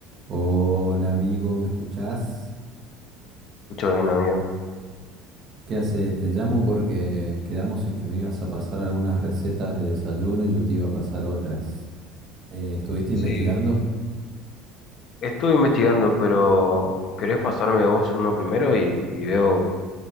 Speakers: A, on the right; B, on the left.
A: Hola amigo, ¿me escuchás?
B: Escucha bien, amigo.
A: ¿Qué haces? Te llamo porque quedamos en que me ibas a pasar algunas recetas de desayuno y yo te iba a pasar otras. Eh, ¿estuviste
B: Sí,
A: investigando?
B: Estuve investigando, pero ¿querés pasarme vos uno primero y, y veo